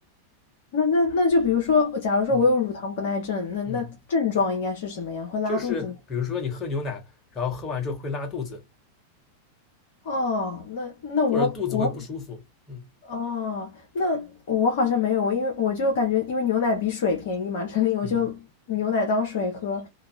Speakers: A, on the left; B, on the left.
A: 那那那就比如说，假如说我有乳糖不耐症，
B: 嗯
A: 那那症状应该是什么样？
B: 嗯，
A: 会拉肚子吗？
B: 就是比如说你喝牛奶，然后喝完之后会拉肚子，
A: 哦，那那我我
B: 或者肚子会不舒服，嗯
A: 哦，那我好像没有，因为我就感觉因为牛奶比水便宜嘛，这里我就牛奶当水喝，
B: 嗯。